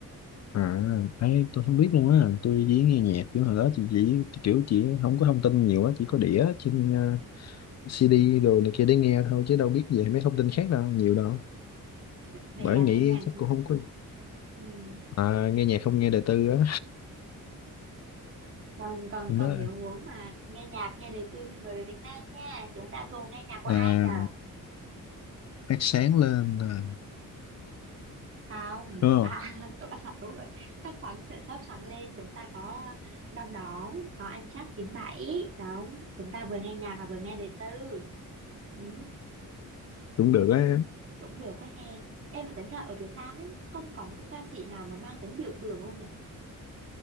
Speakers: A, on the left; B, on the right.
A: à ấy tôi không biết luôn á tôi chỉ nghe nhạc kiểu hồi đó chị chỉ kiểu chỉ không có thông tin nhiều á chỉ có đĩa trên ờ, CD đồ này kia để nghe thôi chứ đâu biết về mấy thông tin khác đâu nhiều đâu
B: vậy
A: bởi
B: là
A: nghĩ
B: nghe nhạc
A: chắc cũng không có
B: ừ.
A: à, nghe nhạc không nghe đời tư á
B: còn còn
A: Hôm
B: còn
A: đó
B: nếu muốn mà nghe nhạc nghe đời tư thì mời về Việt Nam nha chúng ta cùng nghe nhạc của
A: à,
B: ai nhờ
A: phát sáng lên à,
B: không
A: đúng không
B: à, <laughs> đúng, à, đúng rồi sắp sẵn sẽ sắp sẵn lên chúng ta có đom đóm có ăn chắc chín bảy, đúng chúng ta vừa nghe nhạc và vừa nghe đời tư ừ,
A: cũng
B: cũng
A: được á
B: cũng được quá he em mà tính ra ở Việt Nam ấy không có một cái ca sĩ nào mà mang tính biểu tượng luôn nhở